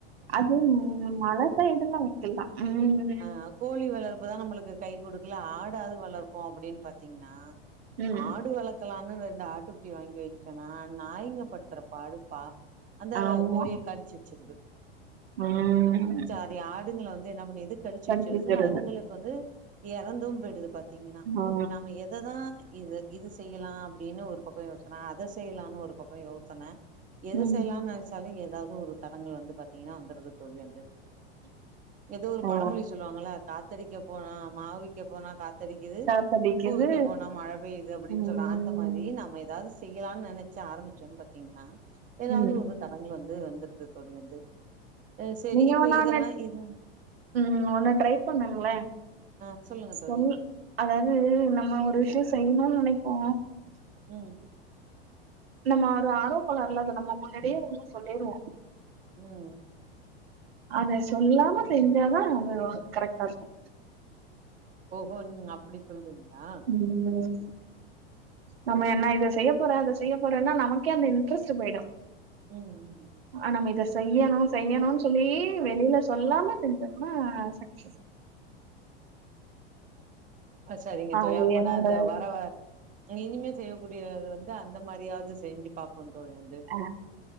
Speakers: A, on the right; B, on the right.
A: அது மல சைடுலா வெக்கல்லா ம்
B: அ கோழி வளர்ப்புதா நம்புளுக்கு கை குடுக்கல ஆடாது வளர்ப்போ அப்படின் பாத்தீங்ன்னா
A: ம்
B: ஆடு வளக்கலானு ரெண்டு ஆட்டுக்குட்டி வாங்கி வெ ச்சனா நாயிங்கப்படுத்துற பாடு பா அந்த
A: ஆமா
B: கோழிய கடிச்சு வெச்சிருது
A: ம்
B: நெறய ஆடுங்கள வந்து என்ன பண்ணிருது கடிச்சு
A: கடிச்சிக்கிறது
B: வெச்சுருது அதுங்களுக்கு வந்து எறந்தும் பேயிடுது பாத் தீங்னா
A: ஆ
B: நாம எததா இது இது செய்யலா அப்படின்னு ஒரு பக்க யோசன அத செய்யலானு ஒரு பக்க யோசன எத
A: ம்
B: செய்யலான் நென் ச்சாலு எதாவ்து ஒரு தடங்கள் வந்து பாத்தீங்கனா வந்துருது தோழி வந்து எதோ ஒரு
A: ஆ
B: பழமொழி சொல்லுவாங்கள காத்தடிக்க போனா மாவுவிக்க போனா காத் தடிக்குது
A: காத்தடிக்குது
B: உப்பு விக்க போனா மழ பெய்யுது அப்டின்
A: ம்
B: சொல்றாங்க அந்த மாரி நம்ம எதாது செய்யலான் நெனச்சு ஆரம்பிச்சோன் பத்தீங்கன்னா ஏதாவ்து
A: ம்
B: ஒரு தடங்கள் வந்து வந்துருது தோழி வந்து அஹ் சரி
A: நீங்க
B: இப்ப
A: ஒன்னாங்கட்
B: இதெல்லா இது
A: ம் ஒண்ணு ட்ரை பண்ணுங்ளே
B: ஆ சொல்லுங்க
A: சொல்
B: தோழி
A: அதாது நம்ம ஒரு விஷயோ செய்யுணுன் நெனைப்போ
B: ம்
A: நம்ம ஒரு ஆர்வக்கோளாருல அத நம்ம முன்னாடியே எல்லா சொல்லிருவோ
B: ம்
A: அத சொல்லாம செஞ்சாதா அது கரெக்டா இருக்கு
B: ஓஹோ நீங்க அப்படி சொல்றீங்ளா
A: <unintelligible> நம்ம என்ன இத செய்ய போறே அத செய்ய போறேன்னா நமக்கே அந்த இன்ட்ரெஸ்டு போய்டு
B: ம் ம் ம்
A: ஆ நம்ம இத செய்யணு செய்யணுன் சொல்லி வெளில சொல்லாம செஞ்சோனா சக்சஸ்
B: அ சரிங்க
A: அது
B: தோழி அப்பனா
A: என்னோட
B: இந்த வர இனிமே செய்யக்கூடியத வந் து அந்த மாரியாவ்து செஞ்சு பாப்போ தோழி வந்து
A: ஆ